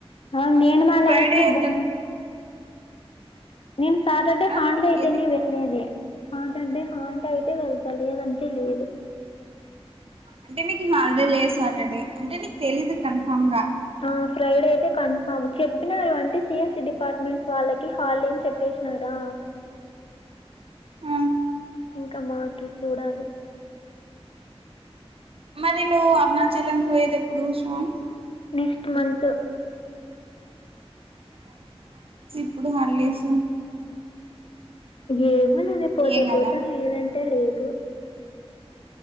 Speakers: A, on the left; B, on the right.
A: అ నేను మాట్లాడిచ్చిన
B: ఫ్రైడే ఎంత
A: బా నేను సాటర్డే
B: ఆ
A: హాలిడే అయితేనే
B: ఏంది
A: వెళ్లేది సాటర్డే హాలిడే అయితే వెళ్తా లేదంటే లేదు
B: అంటే మీకు హాలిడే లేదు సాటర్డే అంటే నీకు తెలీదు కన్ఫామ్ గా
A: ఆ ఫ్రైడే అయితే కన్ఫామ్ చెప్పినారు అంటే సిఎస్సి డిపార్ట్మెంట్స్ వాళ్ళకి హాలిడే అని చెప్పేసినారా
B: ఆ
A: ఇంకా మాకి చూడాలి
B: మరి నువ్వు అరుణాచలం కు పోయేది ఎప్పుడు శివాని
A: నెక్స్ట్ మంత్
B: ఎప్పుడు హాలిడేస్
A: ఏమో లేవే పోతే
B: ఏం కదా
A: పోతాను లేదంటే లేదు